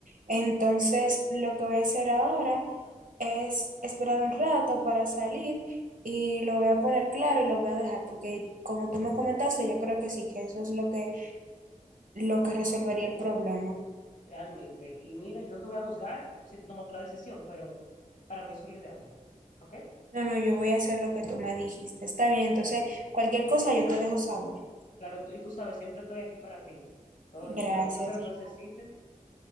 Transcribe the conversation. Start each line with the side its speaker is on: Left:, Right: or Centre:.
Right: Entonces, lo que voy a hacer ahora es esperar un rato para salir y lo voy a poner claro y lo voy a dejar, porque como tú me comentaste, yo creo que sí, que eso es lo que, lo que resolvería el problema.
Left: realmente. Y mira, yo no te voy a juzgar si tú tomas otra decisión, pero para mí eso es lo ideal. ¿Ok?
Right: No, no, yo voy a hacer lo que tú me dijiste. Está bien, entonces, cualquier cosa yo te dejo saber.
Left: Claro, tú- y tú sabes, siempre estoy aquí para ti. Todo,
Right: Gracias,
Left: cualquier cosa que tú
Right: y
Left: necesites,